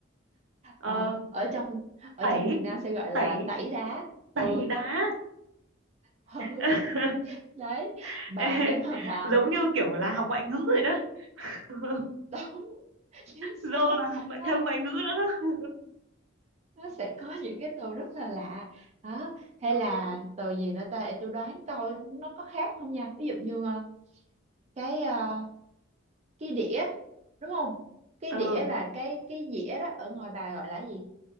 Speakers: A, on the right (about 75°); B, on the right (about 35°).
A: Ờ,
B: rồi ở trong ở
A: tẩy,
B: trong miền Nam sẽ gọi là
A: tẩy,
B: tẩy đá ừ
A: tẩy đá.
B: <laughs> ừ
A: <laughs>
B: đấy bà
A: Ê,
B: nếu mà bà
A: giống như kiểu là học ngoại ngữ rồi đó. <laughs>
B: đúng <laughs> chính
A: Dô
B: xác
A: là học ngoại
B: nó
A: thêm ngoại ngữ nữa đó.
B: nó sẽ có những cái từ rất là lạ đó hay
A: Ờ,
B: là từ gì nữa ta để tôi đoán coi nó có khác không nha ví dụ như ờ, cái ờ, cái đĩa đúng không cái
A: ờ,
B: đĩa là cái cái dĩa đó ở ngoài bà gọi là cái gì